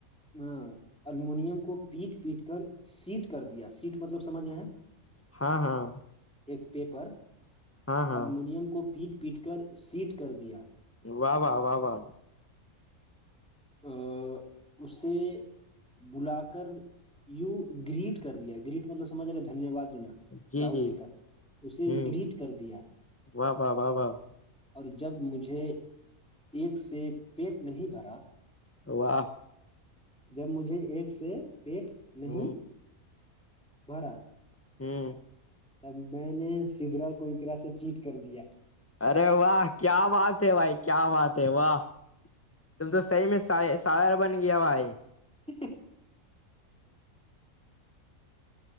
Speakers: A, in the centre; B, on the left.
A: ا الومنیم کو پیٹ پیٹ کر سیٹ کر دیا سیٹ مطلب سمجھ رہے
B: ہاں ہاں
A: ایک پیپر
B: ہاں ہاں
A: الومینم کو پیٹ پیٹ کر سیٹ کر دیا
B: واہ واہ واہ واہ
A: ا اسی بلا کر یو گریٹ کر دیا گریٹ مطلب سمجھ رہے دھنیہ واد دینا
B: جی
A: داؤ
B: جی
A: دے کر اسے
B: ہ
A: گریٹ کر دیا
B: واہ واہ واہ واہ
A: اور جب مجھے ایک سے پیٹ نہیں بھرا
B: واہ
A: جب مجھے ایک سے پیٹ نہیں
B: ہ
A: بھرا
B: ہوں
A: تب میں نے سدرا کوئکرا سے چیٹ کر دیا
B: ارے واہ کیا بات ہے بھائی کیا بات ہے واہ تم تو صحی میں سار بن گیا ہوا ہے
A: جٹیک ہے